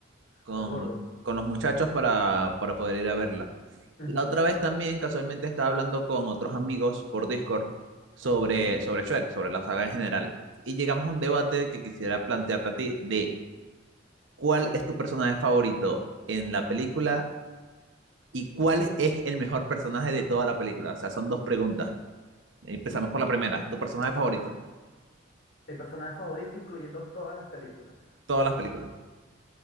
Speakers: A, on the right; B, on the left.
A: con,
B: con el gordo.
A: con los muchachos para, para poder ir a verla.
B: Ujú,
A: La otra vez también casualmente estaba hablando con otros amigos por Discord sobre,
B: ujú.
A: sobre Shrek, sobre la saga en general. Y llegamos a un debate que quisiera plantearte a ti de cuál es tu personaje favorito en la película y cuál es el mejor personaje de toda la película. O sea, son dos preguntas. Empezamos por la primera. ¿Tu personaje favorito?
B: Mi personaje favorito incluyendo todas las películas.
A: Todas las películas.